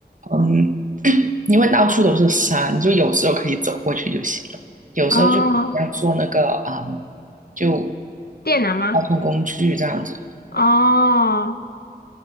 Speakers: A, on the right; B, on the left.
A: 嗯，<coughs> <clears throat> 因为到处都是山，就有时候可以走过去就行了，有时候就可能要坐那个，
B: 哦，
A: 嗯，就
B: 电缆吗？
A: 交通工具这样子。
B: 哦，